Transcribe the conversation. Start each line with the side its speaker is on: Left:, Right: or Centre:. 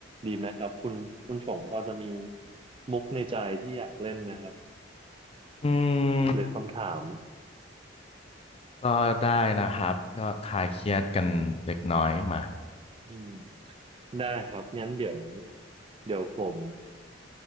Right: ดีไหมครับคุณคุณชงพอจะมีมุกในใจที่อยากเล่นไหมครับ
Left: อืม
Right: หรือคำถาม
Left: ก็ได้นะครับก็คลายเครียดกันเล็กน้อยมา
Right: อืมได้ครับงั้นเดี๋ยวเดี๋ยวผม